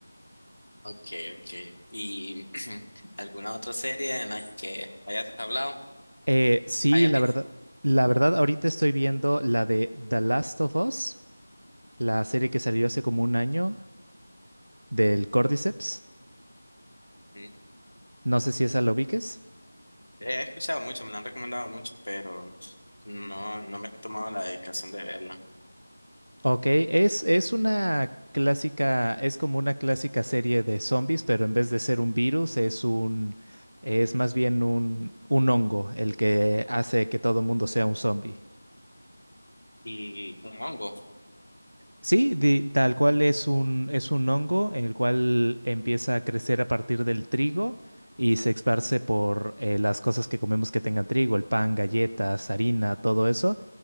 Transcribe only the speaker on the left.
Ok, ok. ¿Y <clears throat> alguna otra serie en la que hayas hablado?
¿Hayas
visto?
Mm,
He escuchado mucho, me la han recomendado mucho, pero no, no me he tomado la dedicación de verla.
Y un hongo,